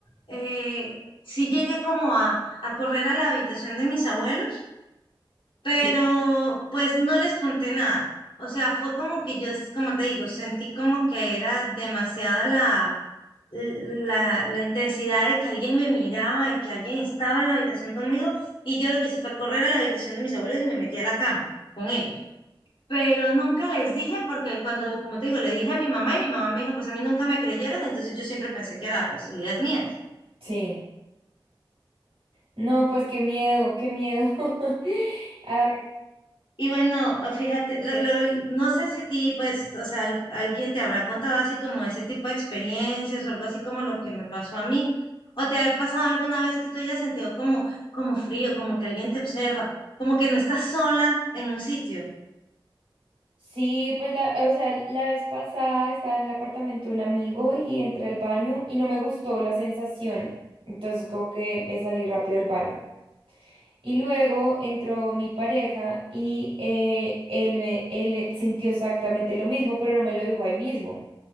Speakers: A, on the left; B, on the right.
A: eh, sí llegué como a, a correr a la habitación de mis abuelos pero
B: Sí.
A: pues no les conté nada. O sea, fue como que yo, s- como te digo, sentí como que era demasiada la, la, la intensidad de que alguien me miraba, de que alguien estaba en la habitación conmigo, y yo lo que hice fue correr a la habitación de mis abuelos y me metí a la cama con ellos. Pero nunca les dije, porque cuando, como te digo, le dije a mi mamá y mi mamá me dijo, pues a mí nunca me creyeron, entonces yo siempre pensé que era pues ideas mías.
B: Sí. No, pues qué miedo, qué miedo. <laughs> A ver,
A: Y bueno, ah, fíjate, lo- lo- no sé si a ti, pues, o sea, al- alguien te habrá contado así como ese tipo de experiencias o algo así como lo que me pasó a mí, o te ha pasado alguna vez que tú hayas sentido como, como frío, como que alguien te observa, como que no estás sola en un sitio.
B: sí, pues la, o sea, la vez pasada estaba en el apartamento de un amigo y entré al baño y no me gustó la sensación. Entonces como que me salí rápido del baño. Y luego entró mi pareja y eh, él, me- él sintió exactamente lo mismo, pero no me lo dijo ahí mismo,